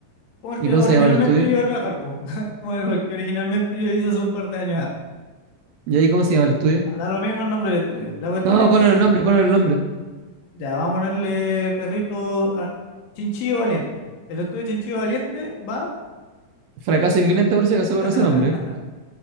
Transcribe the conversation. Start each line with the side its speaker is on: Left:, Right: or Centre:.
Left: como el
Right: ¿Y
Left: que
Right: cómo
Left: originalmente
Right: se llama el estudio?
Left: yo iba a trabajar, po. <laughs> Como el que originalmente yo hice hace un par de años atrás.
Right: ¿Y ahí cómo se llama el estudio?
Left: Da da lo mismo el nombre del estudio. La cuestión
Right: No,
Left: es
Right: ponen
Left: que,
Right: el nombre, ponen el nombre.
Left: ya, vamos a ponerle perrito a Chinchillo Valiente. El estudio Chinchillo Valiente va
Right: Fracaso inminente por si acaso
Left: <laughs>
Right: con ese nombre.